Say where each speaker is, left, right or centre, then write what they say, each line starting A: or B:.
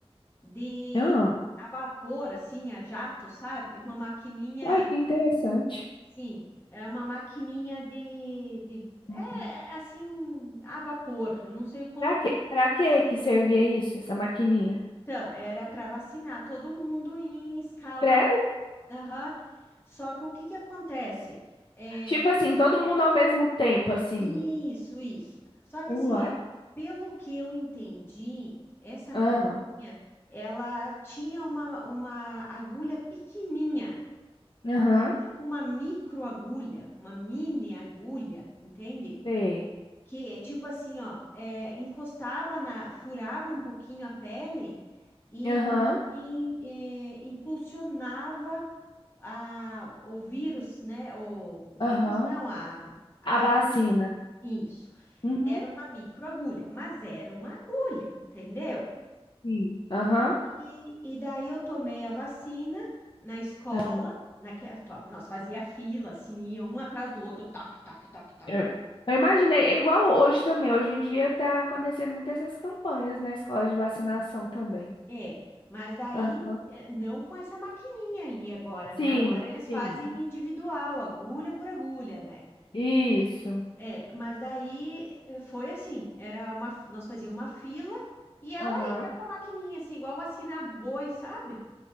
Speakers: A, on the left; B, on the left.
A: de
B: Ah,
A: a vapor, assim, a jato, sabe? Uma maquininha,
B: uai, que interessante.
A: sim, é uma maquininha de, de é,
B: Uhum.
A: é, assim, a vapor. Eu não sei como.
B: Pra quê? Pra quê que servia isso, essa maquininha?
A: Então, era para vacinar todo mundo em escala.
B: Credo?
A: aham. Só que o que que acontece? É,
B: Tipo assim, todo mundo ao mesmo tempo, assim.
A: isso, isso. Só que
B: Uai.
A: assim, ó, pelo que eu entendi, essa maquininha,
B: Ah,
A: ela tinha uma, uma agulha pequenininha.
B: aham.
A: tipo uma micro agulha, uma mini agulha, entende?
B: Sei.
A: Que é tipo assim, ó, é, encostava na, furava um pouquinho a pele e
B: Aham,
A: tipo, in- é, impulsionava a, o vírus, né? O, o vírus
B: aham.
A: não, a, a
B: A
A: vacina.
B: vacina.
A: Isso.
B: Uhum.
A: Era uma micro agulha, mas era uma agulha, entendeu?
B: Sim. Aham.
A: E, e daí eu tomei a vacina na escola,
B: aham.
A: naque, top, nós fazia fila, assim, ia um atrás do outro, toque, toque, toque, toque,
B: Eu
A: toque.
B: eu imaginei, é igual hoje também. Hoje em dia tá acontecendo muitas essas campanhas na escola de vacinação também.
A: É, mas daí
B: Aham.
A: é, não com essa maquininha ali agora, né?
B: Sim,
A: Agora eles
B: sim.
A: fazem individual, agulha por agulha, né?
B: Isso.
A: É, mas daí eh, foi assim, era uma, nós fazíamos uma fila e ela
B: Aham.
A: ia com a maquininha, assim, igual vacinar boi, sabe?